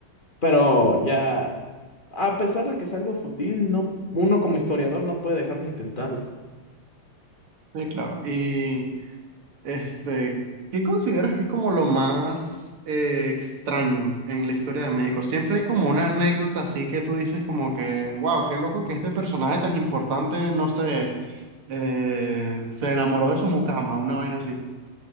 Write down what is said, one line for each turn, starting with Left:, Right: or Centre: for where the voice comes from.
Left: Pero ya. A pesar de que es algo fútil, no, uno como historiador no puede dejar de intentarlo.
Right: Sí, claro. Y este, ¿qué consideras que es como lo más eh, extraño en la historia de México? Siempre hay como una anécdota así que tú dices como que, wow, qué loco que este personaje tan importante, no sé, eh, se enamoró de su mucama, una vaina así.